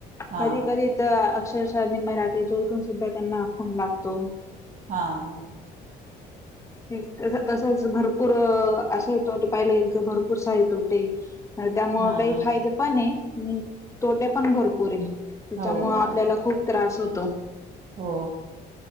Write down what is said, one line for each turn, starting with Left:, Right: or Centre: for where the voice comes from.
Right: हा
Left: कधी करी तर अक्षर. रात्री च उठून सुद्धा त्यांना फन लागतो.
Right: हा हा.
Left: ते तसच भरपूर असं येतो पाहिला गेल तर भरपूर साहेत होते. त्यामुं
Right: हा
Left: काही फायदे पण आहे. हम्म तोटे. पण भरपूर आहे त्याच्यामुळे
Right: हो
Left: आपल्याला खूप त्रास होतो.
Right: हो